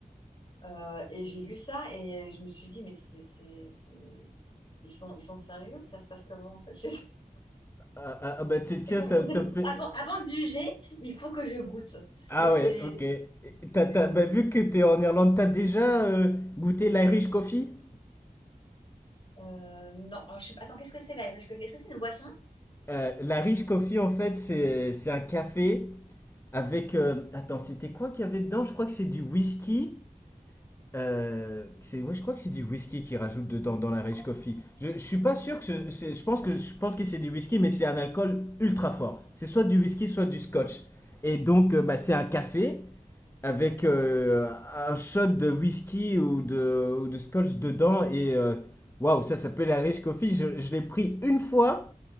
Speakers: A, on the left; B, on the left.
A: euh, et j'ai vu ça et je me suis dit, mais c'est, c'est, c'est- Ils sont, ils sont sérieux ou ça se passe comment en fait chez eux
B: Ah, ah, ah, bah ti- tiens,
A: Il faut-
B: ça,
A: c'est
B: ça
A: bon.
B: me fait...
A: Avant, avant de juger, il faut que je goûte.
B: Ah
A: Donc c'est...
B: ouais, ok. Et T'as,
A: c'est-
B: t'as- bah, vu que t'es en Irlande, t'as déjà euh, goûté l'Irish Coffee?
A: euh, non, alors, je sais pas- Attends, qu'est-ce que c'est l'Irish Coffee? Est-ce que c'est une boisson?
B: Euh, l'Irish Coffee, en fait, c'est, c'est un café avec... euh, Attends, c'était quoi qu'il y avait dedans? Je crois que c'est du whisky. Euh, c'est, ouais, je crois que c'est du whisky qu'ils rajoutent dedans dans la Rich Coffee. Je, je suis pas sûr que ce- c'est, je pense que je pense que c'est du whisky, mais c'est un alcool ultra fort. C'est soit du whisky, soit du scotch. Et donc, euh, bah, c'est un café avec euh, un shot de whisky ou de, ou de scotch dedans. Et euh, waouh, ça s'appelle la Rich Coffee. Je, je l'ai pris une fois.